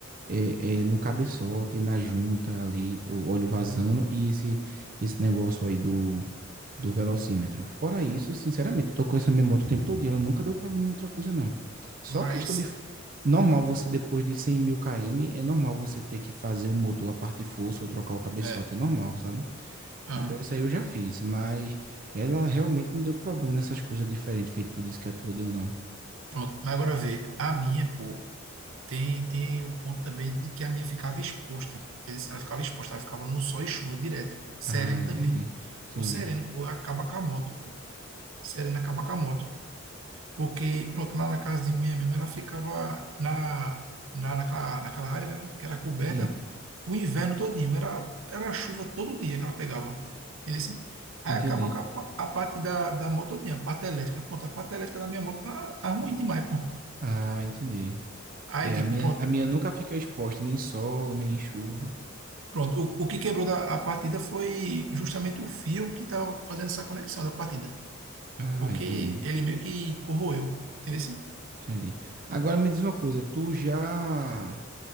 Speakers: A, on the right; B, on the right.
A: É, é no cabeçote, na junta ali, o óleo vazando e esse, esse negócio aí do velocímetro. Fora isso, sinceramente, tô com essa minha moto o tempo todo e ela nunca deu problema em outra coisa, não. Só
B: Mas,
A: a questão de... f- Normal você, depois de 100 mil km, é normal você ter que fazer o motor, a parte de força, ou trocar o cabeçote,
B: é,
A: é normal, sabe?
B: aham,
A: Então isso aí eu já fiz, mas ela realmente não deu problema nessas coisas diferentes, feito tudo isso que a tua deu, não.
B: pronto. Mas agora vê, a minha, pô, tem, tem o ponto também de que a minha ficava exposta. Quer dizer, Ela ficava exposta, ela ficava no sol e chuva direto. Sereno
A: Ah, entendi.
B: também.
A: Entendi.
B: O sereno, pô, acaba com a moto, pô. Sereno acaba com a moto. Porque, pronto, lá na casa de manhã mesmo, ela ficava na, na, naquela, naquela área, né, que era coberta,
A: Sim,
B: o inverno todinho. Era, era chuva todo dia que ela pegava. Entendeu? assim? Aí
A: entendi.
B: acaba com a, pa- a parte da, da moto todinha, a parte elétrica. Pronto, a parte elétrica da minha moto tá, tá ruim demais, pô.
A: Ah, entendi.
B: Aí,
A: É,
B: tipo,
A: a minha,
B: pronto.
A: a minha nunca fica exposta, nem sol, nem chuva.
B: Pronto, o, o que quebrou da, a partida foi justamente o fio que estava fazendo essa conexão da partida,
A: Ah,
B: porque
A: entendi.
B: ele meio que corroeu, entendeu? assim?
A: Entendi. Agora me diz uma coisa, tu já